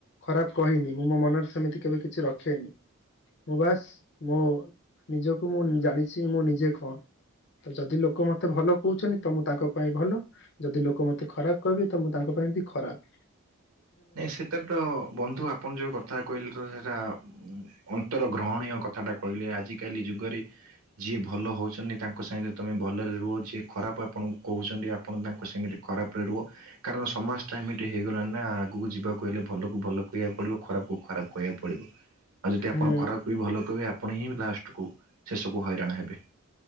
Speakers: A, on the left; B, on the right.
A: ଖରାପ କହିନି, ମୁଁ ମୋ ମନରେ ସେମିତି କେବେ କିଛି ରଖେନି । ମୁଁ ବାସ, ମୁଁ ନିଜକୁ ମୁଁ ଜାଣିଛି ମୁଁ ନିଜେ କଣ? ତ ଯଦି ଲୋକ ମତେ ଭଲ କହୁଛନ୍ତି ତ ମୁଁ ତାଙ୍କ ପାଇଁ ଭଲ, ଯଦି ଲୋକ ମତେ ଖରାପ କହିବେ ତ ମୁଁ ତାଙ୍କ ପାଇଁ ବି ଖରାପ ।
B: ନାଇଁ, ସେଥେରତ ବନ୍ଧୁ ଆପଣ ଯୋଉ କଥା କହିଲେ ତ ସେଇଟା ଉତ୍ତର ଗ୍ରହଣୀୟ କଥାଟା କହିଲେ, ଆଜିକାଲି ଯୁଗରେ ଯିଏ ଭଲ ହଉଛନ୍ତି ତାଙ୍କ ସାଙ୍ଗତ ତମେ ଭଲରେ ରୁହ, ଯିଏ ଖରାପ ଆପଣଙ୍କୁ କହୁଛନ୍ତି, ଆପଣ ତାଙ୍କ ସାଙ୍ଗ ଖରାପ ରେ ରୁହ, କାରଣ ସମାଜ ଟା ଏମିତି ହେଇଗଲା ନା ଆଗକୁ ଯିବାକୁ ହେଲେ ଭଲ କ ଭଲ କହିବାକୁ ପଡିବ ଖରାପକୁ ଖରାପ କହିବାକୁ ପଡିବ। ଆଉ ଯଦି ଆପଣ
A: ହୁଁ
B: ଖରାପକୁ ବି ଭଲ କହିବେ, ଆପଣ ହିଁ ଲାଷ୍ଟକୁ ଶେଷକୁ ହଇରାଣ ହେବେ ।